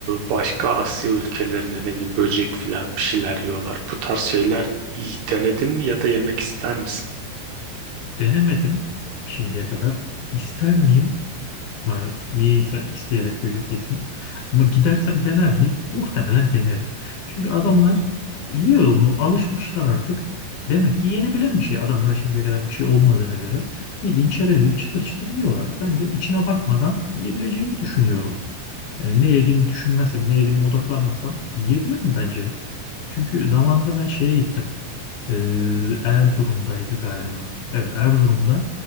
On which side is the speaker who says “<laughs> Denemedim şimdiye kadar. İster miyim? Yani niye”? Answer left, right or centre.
Left